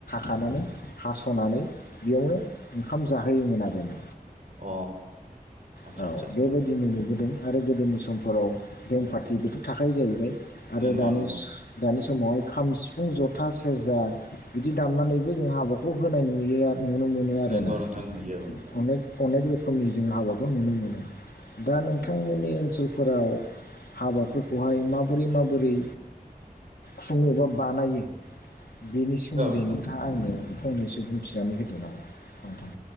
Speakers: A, on the left; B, on the right.
A: खानानै हास'नानै बेयावनो ओंखाम जाहोयोमोन आरोना
B: अ आदसा
A: औ
B: आदसा
A: बेबायदिनो नों गोदों आरो गोदोनि समफोराव बेन्ण पार्टि बेथ थाखायायो जाहैबाय आरो
B: नंगौ
A: दानिस
B: नंगौ
A: दानिस समावहाय खाम सिफुं जथा सेरजा बिदि दामनानैबो जों हाबाखौ होनाय नुयो आरो नुनो मोनो आरोना
B: नंगौ नोंथां नुयो औ नंगौ
A: अनेक अनेक बे खोमनि जों हाबाखौ नुनो मोनो दा नोंथांमोननि
B: नंगौ
A: ओनसोल फोराव हाबाफोरखौहाय माबोरै माबोरै खुङो बा बानायो बेनि सोमोन्दै
B: औ नोंथां
A: नोंथाङा आंनो फंनैसो बुंथिनानै होदो नामा नोंथां